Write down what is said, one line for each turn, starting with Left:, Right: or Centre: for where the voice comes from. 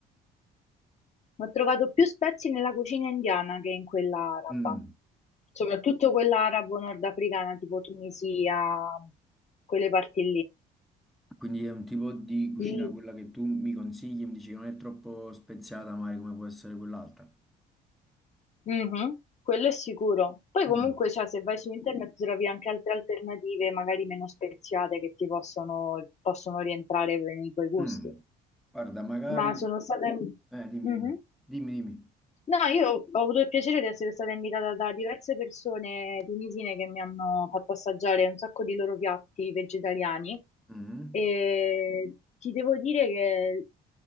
Left: trovato più spezie nella cucina indiana che in quella araba,
Centre: Mm.
Left: soprattutto quella arabo-nordafricana, tipo Tunisia, quelle parti
Centre: Quindi è un tipo di cucina
Left: lì.
Centre: quella che tu mi consigli, mi dici che non è troppo speziata, magari come può essere quell'altra.
Left: Mhm, Quello è sicuro. Poi
Centre: Mm,
Left: comunque, cioè, se vai su internet trovi anche altre alternative, magari meno speziate, che ti possono, possono rientrare nei tuoi gusti.
Centre: mm. Guarda, magari...
Left: Ma sono stata... Mhm.
Centre: Eh, dimmi, dimmi, dimmi. dimmi.
Left: No, io ho avuto il piacere di essere stata invitata da diverse persone tunisine che mi hanno fatto assaggiare un sacco di loro piatti vegetariani
Centre: Mm,
Left: e ti devo dire che